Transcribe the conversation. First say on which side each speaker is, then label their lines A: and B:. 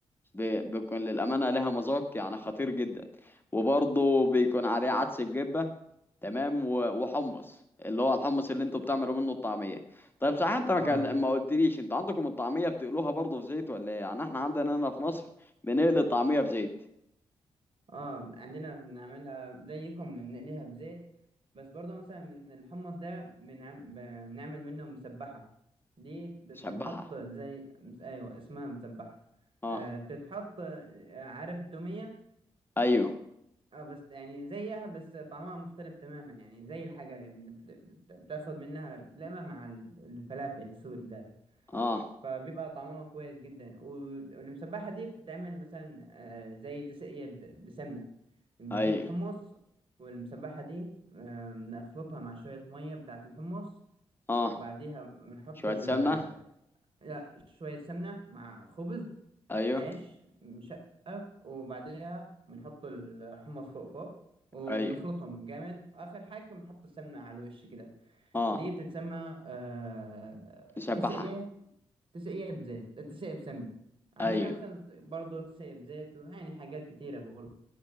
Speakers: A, on the left; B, on the right.
A: ب- بيكون للأمانة لها مذاق يعني خطير جدا وبرضه بيكون عليه عدس بجبة تمام و- وحمص اللي هو الحمص اللي انتوا بتعملوا منه الطعمية طيب صحيح انت ما
B: اه
A: كان- ما قلتليش انتوا عندكم الطعميه بتقلوها برضه في زيت ولا ايه يعني احنا عندنا هنا في مصر بنقلي الطعميه في زيت
B: اه عندنا بنعملها زيكم بنقليها في زيت بس برضه مثلا من الحمص ده بنعم... بنعمل منه مسبحة دي بتنحط
A: نشبعها
B: زي مس... ايوه اسمها مسبحة
A: اه
B: آه بتتحط آه عارف التومية
A: ايوه
B: اه بس يعني زيها بس طعمها مختلف تماما يعني زي الحاجة بت... بت... بتاخد منها لقمة مع ال- الفلافل السوري ده
A: اه
B: فبيبقى طعمها كويس جدا وال- والمسبحة دي بتتعمل مثلا آه، زي تسقية ب- بسمنة نجيب
A: ايوه
B: حمص والمسبحة دي آه، نخلطها مع شوية مية بتاعة الحمص
A: اه
B: وبعديها بنحط
A: شويه
B: ال...
A: سمنه
B: لا شوية سمنة مع خبز
A: ايوه
B: عيش مشقف وبعديها بنحط الحمص فوق فوق وبنخلطهم
A: ايوه
B: جامد آخر حاجة بنحط السمنة على الوش كده
A: اه
B: دي بتتسمى آه...
A: نشبعها
B: تسقية تسقية بزيت تسقية بسمنة عندنا
A: ايوه
B: مثلا برضه تسقية بزيت ويعني حاجات كتيرة برضه